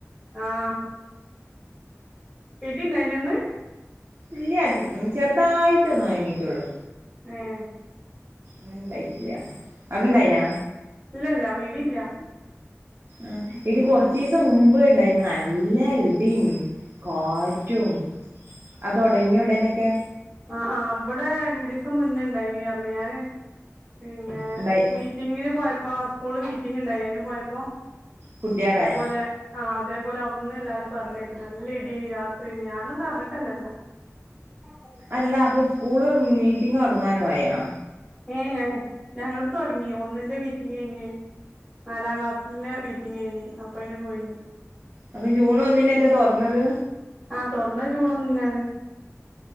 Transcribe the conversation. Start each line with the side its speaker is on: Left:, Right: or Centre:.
Centre: ആഹ് ഇടിണ്ടായിനോ ഇന്ന്
Right: ഇല്ല്യ ചെറ്തായിറ്റ് ഒന്ന് മയങ്ങീറ്റൊള്ളു.
Centre: ഏഹ്.
Right: ന്ന് ണ്ടായ്റ്റ്ല്ല്യ അവ്ടണ്ടായിനാ?
Centre: ഏഹ് ഇല്ലല്ല വിടില്ല.
Right: ആഹ് ഇടി കൊറച്ചീസം മുമ്പ് ണ്ടായിന് ന നല്ല ഇടിം കാറ്റും ആ തൊടങ്ങ്യ ഉടനൊക്കെ
Centre: ആഹ് ആഹ് ഇവടെ രണ്ടീസം മുന്നേ ഇണ്ടായിനി അർഞ്ഞ് ഞാന് പിന്നെ
Right: ഇണ്ടായി.
Centre: മീറ്റിങ്ങിന് പോയപ്പോ സ്കൂ ള്മീറ്റിങ്ങ് ണ്ടായ്ന് അയ്‌ന് പോയപ്പോ
Right: കുട്ട്യാളെ
Centre: തേപോലെ ആഹ് അതേപലെ അവുട്ന്ന് എല്ലാരും പറഞ്ഞേക്ക നല്ല ഇടിഏനി രാത്രിന്ന്. ഞാനൊന്നു അറിഞ്ഞിട്ടെന്നല്ല. <unintelligible>
Right: അല്ല അപ്പൊ സ്കൂള് മീറ്റിംഗ് തൊടങ്ങാനും ആയോ?
Centre: ഏ ഞങ്ങക് ഞങ്ങളത് തൊടങ്ങി ഒന്നിന്റെ മീറ്റിംഗയ്ഞ്ഞ് നാലാ ക്ലാസ്സിലെ മീറ്റിങ്ങെയ്നി അപ്പ അയ്ന് പോയിനി.
Right: അപ്പൊ ജൂൺ ഒന്നിനല്ലെ തൊറന്നത്?
Centre: ആ തൊറന്ന ജൂണോന്നിനാണ്.